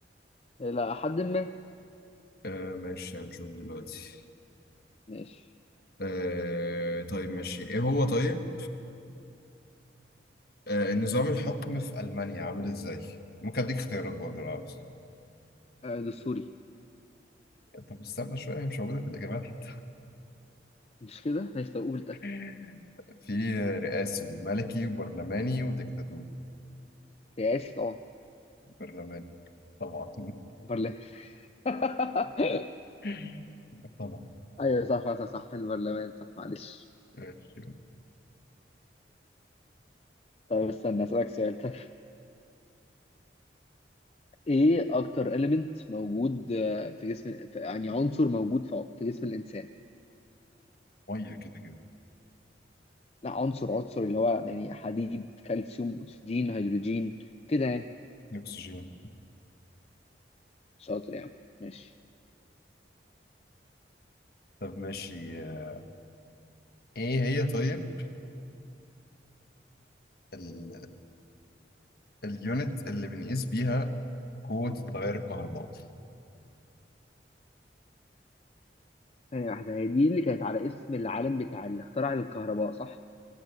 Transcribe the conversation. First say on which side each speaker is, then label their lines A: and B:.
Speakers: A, on the left; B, on the left.
A: إيه، لا حد ما
B: آه ماشي هنشوف دلوقتي
A: ماشي
B: آه طيب ماشي ايه هو طيب آه نظام الحكم في المانيا عامل ازاي ممكن اديك اختيارات برضه لو عاوز
A: آه، دستوري
B: طب استنى شويه هي مش موجوده في الاجابات حتى
A: مش كده ماشي طب قول ده
B: <laughs> في رئاسي وملكي وبرلماني وديكتاتوري
A: رئاسي طبعا
B: برلماني طبعا
A: برلمان <laughs>
B: <laughs> طبعا
A: ايوه صح صح صح صح البرلمان صح معلش
B: ماشي.
A: طيب استنى اسألك سؤال طيب ايه اكتر إليمنت موجود آه، في جسم في- يعني عنصر موجود في في جسم الانسان
B: ميه كده كده
A: لا عنصر عنصر اللي هو يعني حديد كالسيوم اكسجين هيدروجين كده يعني
B: اكسجين
A: شاطر يعني ماشي
B: طب ماشي آه، ايه هي طيب ال... اليونت اللي بنقيس بيها قوة التيار الكهربائي
A: ثانية واحدة هي دي اللي كانت على اسم العالم بتاع اللي اخترع الكهرباء صح؟